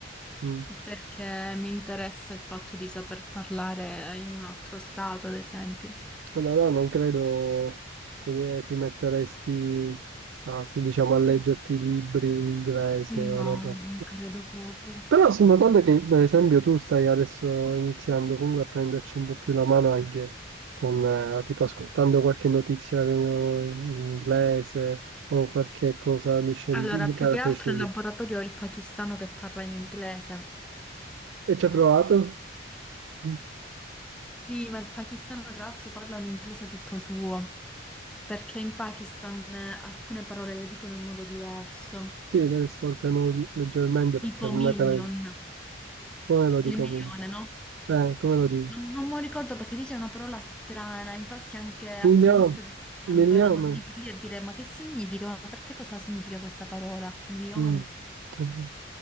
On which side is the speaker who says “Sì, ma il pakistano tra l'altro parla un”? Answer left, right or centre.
Centre